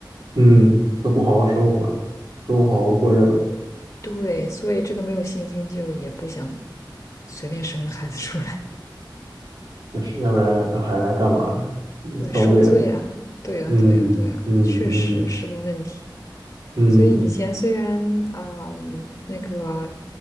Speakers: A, on the right; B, on the left.
A: 嗯，都不好好生活了，都不好好过日子，
B: 对，所以这个没有信心就也不想随便生个孩子出来。
A: 确实，要不然还来干嘛呢？嗯遭罪来了。
B: 对，受罪啊，对啊，
A: 嗯嗯嗯
B: 对啊，对啊，确实是个问题。
A: 嗯，
B: 所以以前虽然啊、那个